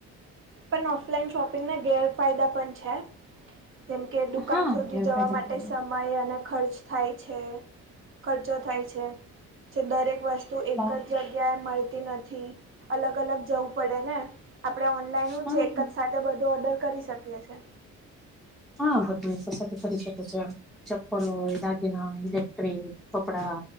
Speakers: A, on the right; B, in the centre.
A: પણ ઓફલાઈન શોપિંગના ગેરફાયદા પણ છે. જેમ કે દુકાન
B: હા
A: સુધી
B: ગેરફાયદો
A: જવા માટે
B: પણ છે
A: સમય અને ખર્ચ થાય છે ખર્ચો થાય છે જે દરેક વસ્તુ એક
B: હા
A: જ જગ્યાએ મળતી નથી અલગ અલગ જવું પડે ને આપણે ઓનલાઈન
B: હા,
A: છે એક
B: હા.
A: જ સાથે બધું ઓર્ડર કરી શકીએ છે
B: હા ભગને સાથે પરીષદ છે ચપલ એાગના લેકટ્રિક કપડા